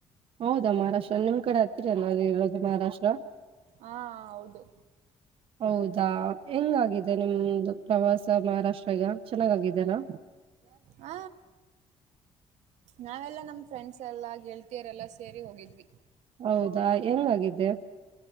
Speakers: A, on the right; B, on the right.
A: ಹೌದಾ ಮಹಾರಾಷ್ಟ್ರ ನಿಮ್ ಕಡೆ ಹತ್ತೀರ ಅಲ್ಲ ಅದ ಇರದು ಮಹಾರಾಷ್ಟ್ರ
B: ಹಾ ಹೌದು
A: ಹೌದಾ ಹೆಂಗಾಗಿದೆ ನಿಮ್ದು ಪ್ರವಾಸ ಮಹಾರಾಷ್ಟ್ರಗ ಚೆನ್ನಾಗಗಿದನಾ
B: ಹ ನಾವೆಲ್ಲಾ ನಮ್ಮ್ ಫ್ರೆಂಡ್ಸ್ ಎಲ್ಲಾ ಗೆಳತಿಯರೆಲ್ಲ ಸೇರಿ ಹೋಗಿದ್ವಿ
A: ಹೌದಾ ಹೆಂಗಾಗಿದೆ